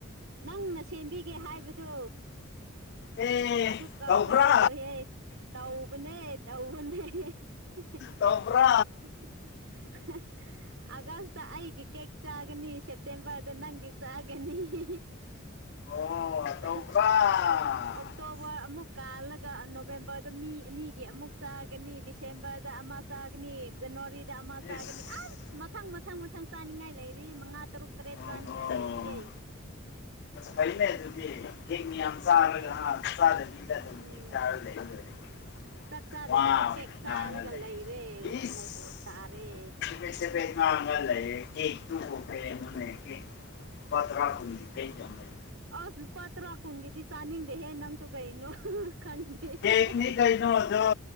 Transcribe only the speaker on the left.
ꯑꯦ
ꯇꯧꯕ꯭ꯔꯥ
ꯇꯧꯕ꯭ꯔꯥ
ꯑꯣ ꯇꯧꯕ꯭ꯔꯥ
ꯑꯁ
ꯏꯁ
ꯑꯣꯍꯣ
ꯐꯩꯅꯦ ꯗꯨꯗꯤ ꯀꯦꯛ ꯃꯌꯥꯝ
ꯆꯥꯔꯒ
ꯍꯥ
ꯆꯥꯗꯕꯤ ꯑꯗꯨꯝ
ꯆꯥꯔ ꯂꯣꯏꯔꯦ ꯀꯩꯅꯣ
ꯋꯥ ꯑꯣꯏꯅ
ꯉꯥꯡꯉ ꯂꯩꯔꯤꯁꯤ
ꯏꯁ
ꯆꯕꯦꯠ ꯆꯕꯦꯠ ꯉꯥꯡꯉ ꯂꯩꯔꯦ ꯀꯦꯛ ꯇꯨ <unintelligible> ꯄꯥ ꯇ꯭ꯔꯥ ꯀꯨꯟꯒꯤ ꯀꯩ ꯌꯥꯝ ꯂꯩ
ꯀꯦꯛꯅꯤ
ꯀꯩꯅꯣ ꯑꯗꯣ